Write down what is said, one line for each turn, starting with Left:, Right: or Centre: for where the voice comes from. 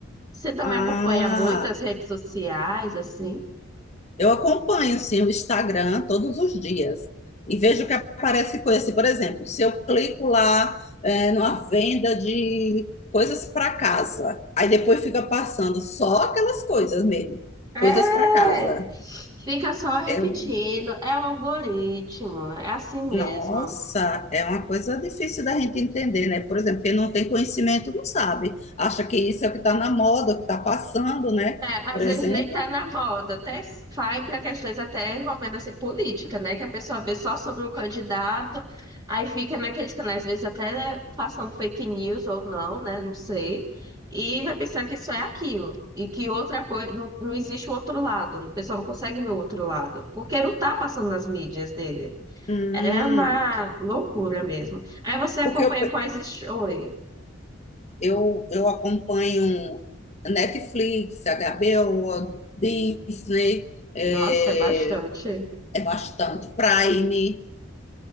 Right: Você também
Left: ah,
Right: acompanha muitas redes sociais, assim?
Left: eu acompanho sim o Instagram todos os dias e vejo que aparece coisa assim, por exemplo, se eu clico lá é, numa venda de coisas para casa, aí depois fica passando só aquelas coisas mesmo,
Right: É,
Left: coisas para casa.
Right: fica só repetindo,
Left: É um
Right: é o algoritmo, é assim mesmo.
Left: Nossa, é uma coisa difícil da gente entender, né? Por exemplo, quem não tem conhecimento não sabe. Acha que isso é o que está na moda, o que está passando, né?
Right: É,
Left: Por
Right: às
Left: exemplo.
Right: vezes nem tá na moda, até vai para questões até envolvendo assim, política, né? Que a pessoa vê só sobre um candidato, aí fica naqueles canais, às vezes até né, passando fake news ou não, né? Não sei. E vai pensar que isso é aquilo, e que outra coisa, não, não existe o outro lado, o pessoal não consegue ver o outro lado, porque não tá passando nas mídias dele.
Left: Hum,
Right: É uma loucura mesmo. Aí você acompanha
Left: porque eu,
Right: quais shows.
Left: eu, eu acompanho Netflix, HBO, Disney, é,
Right: Nossa, é bastante.
Left: é bastante, Prime.